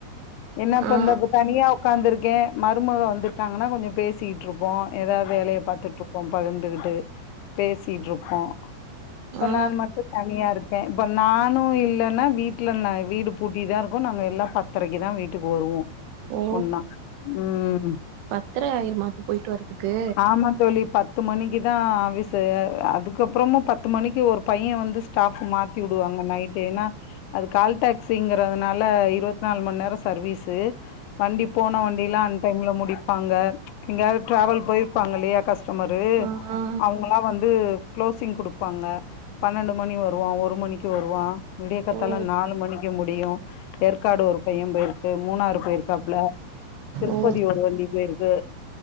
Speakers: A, on the left (about 80°); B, on the right (about 75°).
A: என்னா பண்றது
B: ஆ
A: தனியா உட்காந்துருக்கேன் மருமக வந்துட்டாங்கன்னா கொஞ்சம் பேசிட்டு இருப்போம் ஏதாவது வேலையை பார்த்துட்டு இருப்போம் பகிர்ந்துகிட்டு பேசிட்டு இருப்போம் இப்ப
B: ஆ
A: நான் மட்டும் தனியா இருக்கேன் இப்ப நானும் இல்லன்னா வீட்டுல வீடு பூட்டிதான் இருக்கும் நாங்க எல்லாம் பத்தரைக்குதான் வீட்டுக்கு வருவோம்
B: ஓ
A: ஒன்னா ம்
B: பத்தரை ஆயிருமா அப்ப போய்ட்டு வரதுக்கு
A: ஆமா தோழி மணிக்கு தான் ஆபீஸ்ஸு அதுக்கு அப்புறமும் பத்து மணிக்கு ஒரு பையன் வந்து ஸ்டாஃப் மாத்தி விடுவாங்க ஏன்னா அது கால் டாக்ஸிங்கிறதுனால இருபத் நாலு மணி நேர சர்வீஸ்ஸு வண்டி போன ஒ அப்டிலாம் அன் டைம்ல முடிப்பாங்க எங்கயாது டிராவல் போயிருப்பாங்க இல்லையா கஸ்டமரு
B: ஆ ஆ
A: அவுங்களாம் வந்து குளோசிங் குடுப்பாங்க பன்னெண்டு மணி வருவான் ஒரு மணிக்கு வருவான் விடிய கத்தாலா
B: ஓ
A: நாலு மணிக்கு முடியும் ஏற்காடு ஒரு பையன் போயிருக்கு மூணாறு போயிருக்காப்புல திருப்பதி
B: ஓ
A: ஒரு வண்டி போயிருக்கு